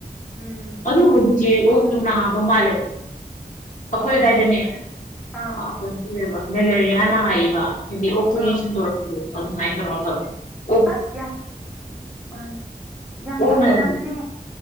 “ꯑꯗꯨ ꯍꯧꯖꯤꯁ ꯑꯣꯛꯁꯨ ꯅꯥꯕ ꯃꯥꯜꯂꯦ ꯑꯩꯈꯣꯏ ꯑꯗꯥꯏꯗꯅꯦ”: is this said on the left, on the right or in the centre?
Left